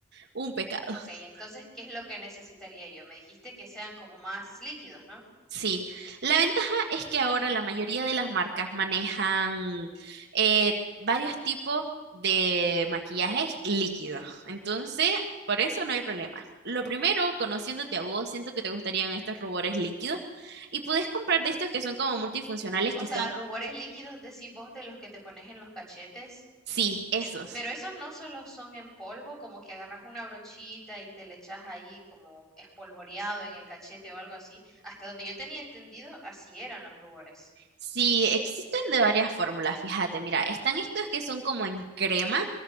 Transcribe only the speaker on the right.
un pecado.
<laughs>
Sí, la ventaja es que ahora la mayoría de las marcas manejan eh, varios tipos de maquillajes líquidos. Entonces, por eso no hay problema. Lo primero, conociéndote a vos, siento que te gustarían estos rubores líquidos. Y puedes comprar de estos que son como multifuncionales,
que
son
Sí, esos.
Sí, existen de varias fórmulas, fíjate, mira, están estos que son como en crema,